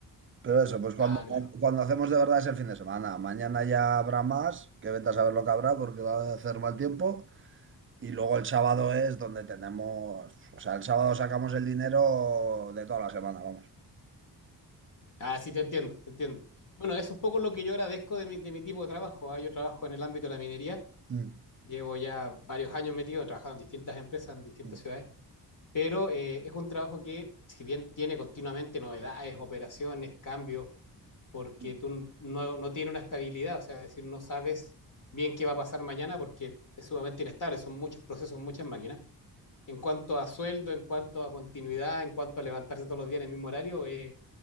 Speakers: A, on the right; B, on the left.
A: pero eso, pues cuando,
B: Ah, claro.
A: cuando hacemos de verdad es el fin de semana. Mañana ya habrá más, que vete a saber lo que habrá porque va a hacer mal tiempo. Y luego el sábado es donde tenemos, o sea, el sábado sacamos el dinero de toda la semana, vamos.
B: Ah, sí, te entiendo, te entiendo. Bueno, es un poco lo que yo agradezco de mi, de mi tipo de trabajo. ¿ah? Yo trabajo en el ámbito de la minería.
A: Mm,
B: Llevo ya varios años metido, he trabajado en distintas empresas, en distintas
A: mm,
B: ciudades, pero eh, es un trabajo que, si bien tiene continuamente novedades, operaciones, cambios, porque
A: mm,
B: tú no, no tienes una estabilidad, o sea, es decir, no sabes bien qué va a pasar mañana porque es sumamente inestable, son muchos procesos, muchas máquinas. En cuanto a sueldo, en cuanto a continuidad, en cuanto a levantarse todos los días en el mismo horario, es